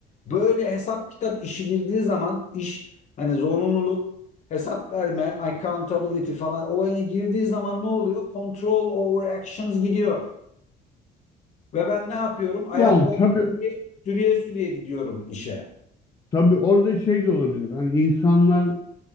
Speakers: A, on the left; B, on the left.
A: böyle hesap kitap işi girdiği zaman iş hani zorunluluk hesap verme accountability falan olayına girdiği zaman ne oluyor control over actions gidiyor ve ben ne yapıyorum ayakları
B: Yani tabii
A: sürüye sürüye sürüye gidiyorum işe.
B: tabii orada şey de olabilir. Hani insanlar